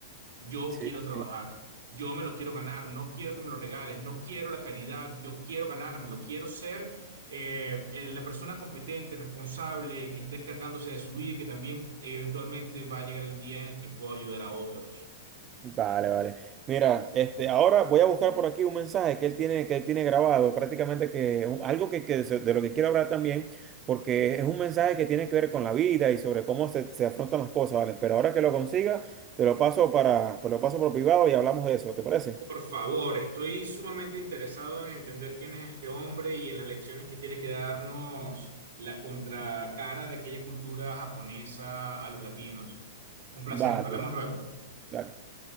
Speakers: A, on the right (about 70°); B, on the right (about 30°).
A: Yo
B: Sí,
A: quiero trabajar,
B: sí.
A: yo me lo quiero ganar, no quiero que me lo regales, no quiero la caridad, yo quiero ganármelo, quiero ser eh, eh, la persona competente, responsable, que está encargándose de su vida y que también eh, eventualmente va a llegar el día en el que pueda ayudar a otros.
B: Vale, vale. Mira, este, ahora voy a buscar por aquí un mensaje que él tiene, que él tiene grabado, prácticamente que un- algo que, que se- de lo que quiero hablar también, porque es un mensaje que tiene que ver con la vida y sobre cómo se, se afrontan las cosas, ¿vale? Pero ahora que lo consiga, te lo paso para, te lo paso por privado y hablamos de eso, ¿te parece?
A: Por favor, estoy sumamente interesado en entender quién es este hombre y en las lecciones que tiene que darnos la contracara de aquella cultura japonesa a los latinos. Un placer,
B: Vale,
A: hablamos
B: Vale. vale.
A: luego.
B: dale.